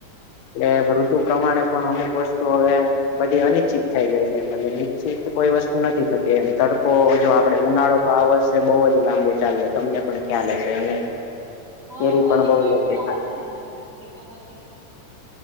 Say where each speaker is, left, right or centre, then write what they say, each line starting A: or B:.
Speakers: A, on the left; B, on the right.
A: એટલે ઋતુ પ્રમાણે પણ અમુક વસ્તુ હવે બધી અનિશ્ચિત થઈ ગઈ છે મતલબ નિશ્ચિત કોઈ વસ્તુ નથી થતી એમ તડકો જો આપડે ઉનાળો તો આ વર્ષે બહુ જ લાંબો ચાલ્યો તમને પણ ખ્યાલ હશે અને
B: હા
A: કેરી પણ
B: અધિક
A: બહુ
B: મહિનો
A: મોટી
B: ચાલે
A: થાય.
B: છે ને એટલે પછી